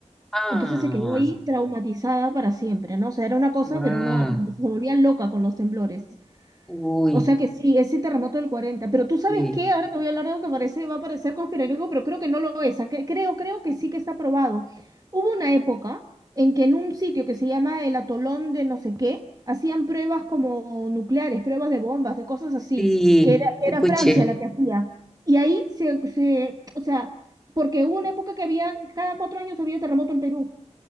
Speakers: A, in the centre; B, on the right (about 30°).
A: Ah,
B: Entonces se quedó ahí traumatizada para siempre, ¿no? O sea, era una cosa,
A: ah,
B: pero no, se volvía loca con los temblores.
A: uy,
B: O sea que sí, ese terremoto del 40. Pero tú sabes
A: sí.
B: qué, ahora te voy a hablar de algo que parece, va a parecer conspiranoico, pero creo que no lo es. Ah, que- Creo, creo que sí que está probado. Hubo una época en que en un sitio que se llama el atolón de no sé qué, hacían pruebas como nucleares, pruebas de bombas, de cosas así,
A: Sí,
B: que era,
A: escuché.
B: que era Francia la que hacía. Y ahí se, se, o sea, porque hubo una época que había, cada cuatro años había terremoto en Perú.